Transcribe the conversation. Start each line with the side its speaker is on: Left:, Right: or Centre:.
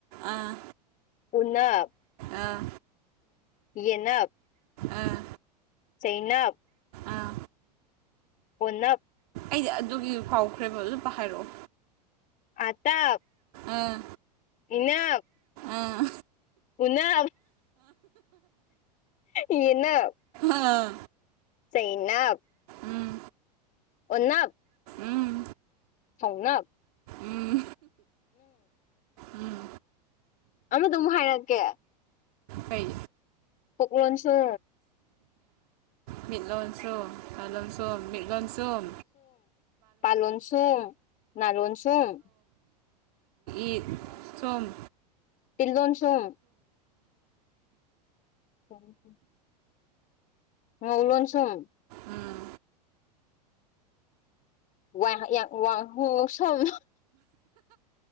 Right: ꯑꯥ
Left: ꯄꯨꯟꯅꯞ
Right: ꯑꯥ
Left: ꯌꯦꯅ
Right: ꯑꯥ
Left: ꯆꯩꯩꯅꯕ
Right: ꯑꯥ
Left: ꯑꯣꯟꯅ
Right: ꯑꯩꯗꯤ ꯑꯗꯨꯒꯤ ꯐꯥꯎꯈ꯭ꯔꯦꯕ ꯑꯗꯨ ꯄ ꯍꯥꯏꯔꯛꯑꯣ
Left: ꯑꯇꯥ
Right: ꯑꯥ
Left: ꯏꯟꯅ
Right: ꯑꯥ
Left: ꯎꯟꯅ ꯏꯟꯅ
Right: ꯑꯥ
Left: ꯩ ꯅ
Right: ꯎꯝ
Left: ꯑꯣꯟꯅ
Right: ꯎꯝ
Left: ꯁꯧꯥꯎꯅꯥ
Right: ꯎꯝ ꯎꯝ
Left: ꯑꯃꯗ ꯑꯃꯨꯛ ꯍꯥꯏꯔꯛꯀꯦ
Right: ꯀꯩ
Left: ꯑꯣ ꯀꯣꯟ ꯆ
Right: ꯃꯤ ꯂꯣꯟ ꯁꯣ ꯄꯥꯂꯣꯟ ꯁꯣꯝ ꯃꯤ ꯂꯣꯟ ꯁꯣꯝ
Left: ꯄꯜꯣꯟ ꯁꯨꯡ ꯅꯔꯣꯟ ꯁꯨꯡꯨꯝ
Right: ꯏ ꯁꯣꯝ
Left: ꯇꯤꯜꯂꯣꯟꯁꯨꯝ ꯑꯟꯑꯣꯗꯤꯕꯜ ꯉꯧꯂꯣꯟ ꯁꯨꯝ
Right: ꯎꯝ
Left: ꯋꯥꯏ ꯍꯤꯌꯥꯏ ꯋꯥ ꯍꯨꯛꯂꯣꯟꯁꯨꯝ